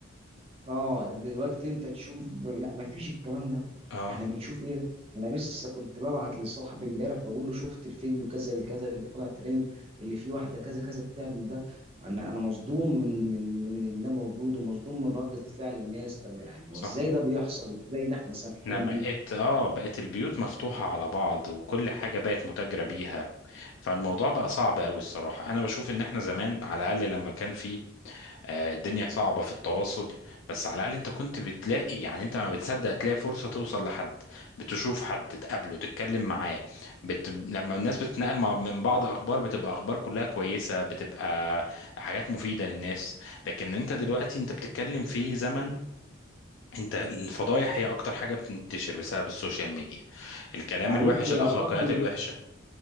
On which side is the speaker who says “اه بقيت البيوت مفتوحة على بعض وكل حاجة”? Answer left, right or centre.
Left